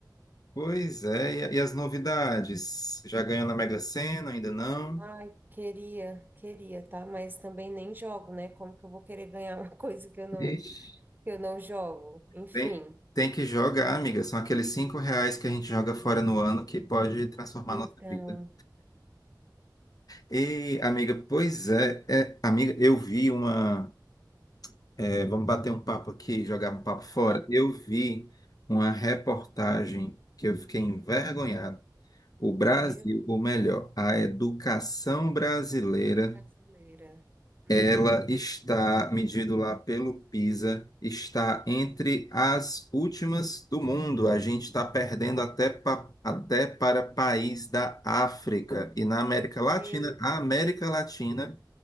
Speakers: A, on the left (about 55°); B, on the right (about 25°).
A: Pois é, e e as novidades? Já ganhou na Mega Sena? Ainda não?
B: Ai, queria, queria, tá? Mas também nem jogo, né? Como que eu vou querer ganhar uma <laughs> coisa que eu não,
A: Ixi.
B: que eu não jogo? Enfim.
A: Tem, tem que jogar, amiga. São aqueles cinco reais que a gente joga fora no ano que pode transformar
B: Então,
A: nossa vida. E, amiga, pois é, é, amiga, eu vi uma. é, vamos bater um papo aqui, jogar um papo fora.
B: vamos.
A: Eu vi uma reportagem que eu fiquei envergonhado O Brasil,
B: Meu
A: ou melhor, a educação brasileira,
B: brasileira. Uhum.
A: ela está, medido lá pelo PISA, está entre as últimas do mundo. A gente está perdendo até, pa- até para país da África e na América
B: Meu
A: Latina. A
B: Deus.
A: América Latina,